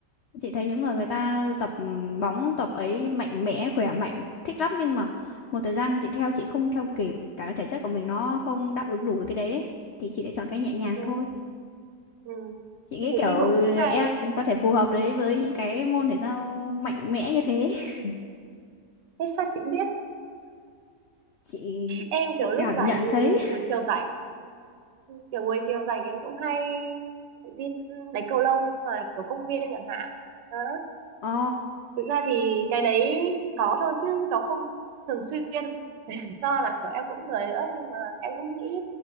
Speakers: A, on the left (about 75°); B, on the right (about 85°).
A: Chị thấy những người người ta tập bóng tập ấy mạnh mẽ, khỏe mạnh, thích lắm nhưng mà một thời gian chị theo chị không theo kịp, cả cái thể chất của mình nó không đáp ứng đủ được cái đấy ấy. Thì chị lại chọn cái nhẹ nhàng
B: ừ.
A: thôi.
B: ừ.
A: Chị nghĩ
B: thấy
A: kiểu
B: đi bộ
A: ừ,
B: cũng
A: em
B: hay
A: có thể phù hợp đấy với những cái môn thể thao mạnh mẽ như thế. <laughs>
B: thế sao chị biết
A: Chị
B: em kiểu
A: chị
B: lúc
A: cảm
B: rảnh
A: nhận thấy.
B: buổi chiều rảnh kiểu buổi chiều rảnh em cũng hay đi đánh cầu lông ngoài kiểu công viên chẳng hạn đó
A: Ồ,
B: thực ra thì cái đấy có thôi chứ nó không thường xuyên do là kiểu em cũng lười nữa nhưng mà em cũng nghĩ